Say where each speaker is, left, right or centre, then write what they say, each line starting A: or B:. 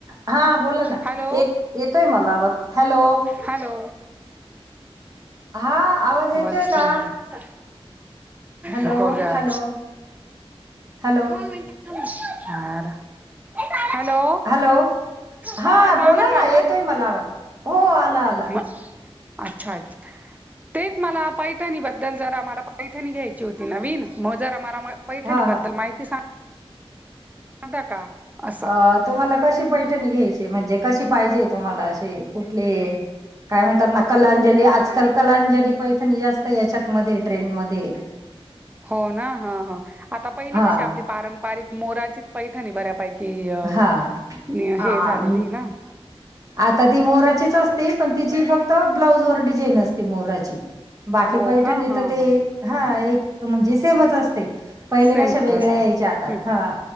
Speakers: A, on the right; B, on the right.
A: हां, बोला ना,
B: हॅलो
A: येत-येतोय मला आवाज, हॅलो?
B: हॅलो?
A: हा आवाज येतोय
B: आवाजच
A: का?
B: नही येत.
A: हॅलो
B: नको गं,
A: हॅलो हॅलो
B: दोन मिनटं थांब, <unintelligible> हॅलो
A: हॅलो? हां
B: हा आता
A: बोला
B: आला का
A: ना,
B: आवाज
A: येतोय मला आवाज, हो आला आल
B: अच्छा-अच्छ, तेचं मला पैठणीबद्दल, जरा माला पैठणी घ्यायची होती नवीन, म जरा माला, पैठणी
A: हा हा
B: बद्दल, माहिती सांग ता का? असं.
A: अ तुम्हाला कशी पैठणी घ्यायची, म्हणजे कशी पाहिजे तुम्हाला, अशी कुठली? काय म्हणतात ना कलांजली, आजकाल कलांजली पैठणी, जास्त याच्यातमधे, ट्रेंडमधे.
B: हो ना, हं हं, आता पहिली,
A: हा
B: कशी आपली पारंपरिक, मोराची पैठणी बऱ्यापैकी, य
A: हा आ
B: हे झालेली ना?
A: आता, ती मोराचीचं असते, पण तिची फक्त, ब्लाउज वर डिझाईन असते, मोराची. बाकी,
B: हो
A: पैठणी
B: का हा
A: त, ते
B: हा
A: हां, एक म्हणजे, सेमचं असते, पहिले
B: सेम
A: कशा वेगळ्या,
B: असते
A: यायच्या आता,
B: हम्म,
A: हा.